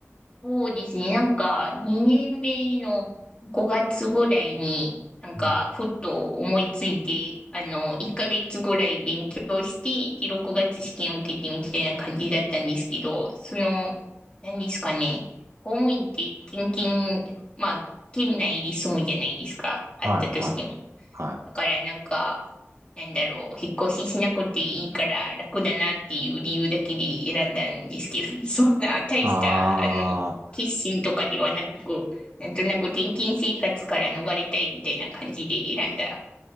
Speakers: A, on the left; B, on the right.
A: そうですね。なんか、2年目の5月ぐらいに、なんか、
B: うん
A: ふっと思いついて、あの、1ヶ月ぐらい勉強して、で、6月試験を受けてみたいな感じだったんですけど、その、何ですかね。公務員って転勤、まあ、県内で住むじゃないですか。あったとしても。
B: はい、はい、はい。
A: だからなんか、なんだろう、引っ越ししなくていいから楽だなっていう理由だけで選んだんですけど、<laughs> そんな大した、
B: あー、
A: あの、決心とかではなく、なんとなく転勤生活から逃れたいみたいな感じで選んだ